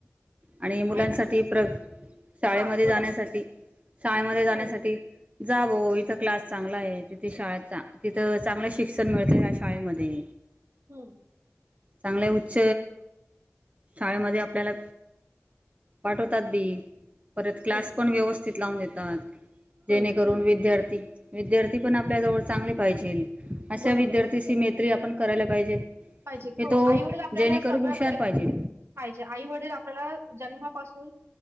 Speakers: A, on the right; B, on the right.
A: आणि मुलांसाठी
B: आईवडील
A: प्र शाळेमध्ये
B: हा बोला
A: जाण्यासाठी
B: बोला.
A: शाळेमध्ये जाण्यासाठी
B: हम्म
A: जाव इथं क्लास चांगला आहे तिथे शाळा तिथं चांगलं शिक्षण मिळतं त्या शाळेमध्ये.
B: हम्म
A: चांगल्या उच्च शाळेमध्ये आपल्याला पाठवतात बी परत क्लास
B: हम्म
A: पण व्यवस्थित लावून देतात. जेणेकरून
B: हम्म
A: विद्यार्थी विद्यार्थी पण आपल्या जवळचा,. चांगली पाहिजेल. अशा
B: बरोबर
A: विद्यार्थीची
B: आहे.
A: मैत्री आपण करायला. पाहिजेल.
B: पाहिजे
A: की
B: हो
A: तो
B: आई वडील आपल्याला
A: जेणेकरून
B: सगळं
A: हुशार
B: म्हणजे,
A: पाहिजे
B: पाहिजे आई वडील आपल्याला जन्मापासून.